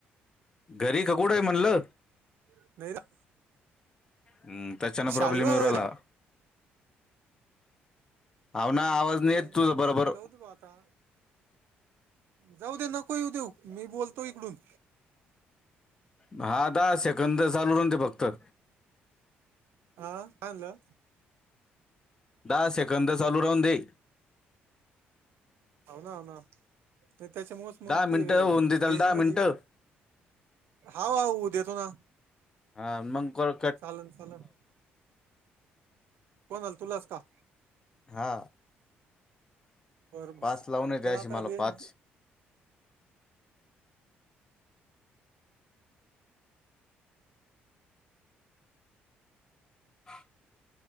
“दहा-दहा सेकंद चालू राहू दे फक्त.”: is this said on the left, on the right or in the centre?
Left